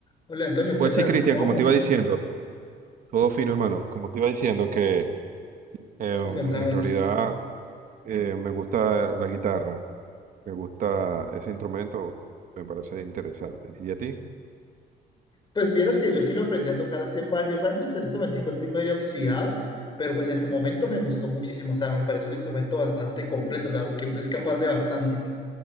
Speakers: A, on the left; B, on the right.
A: Hola Antonio,
B: Pues
A: ¿qué tal?
B: sí, Cristian,
A: ¿Cómo
B: como
A: vamos?
B: te iba diciendo, todo fino, hermano. Como te iba diciendo, que em,
A: Sí, contame.
B: en realidad eh, me gusta la guitarra, me gusta ese instrumento, me parece interesante. ¿Y a ti?
A: Pues vieras que yo sí lo aprendí a tocar hace varios años, pues en este momento estoy medio oxidado, pero pues en su momento me gustó muchísimo, o sea, me parece un instrumento bastante completo, o sea, que es capaz de bastante.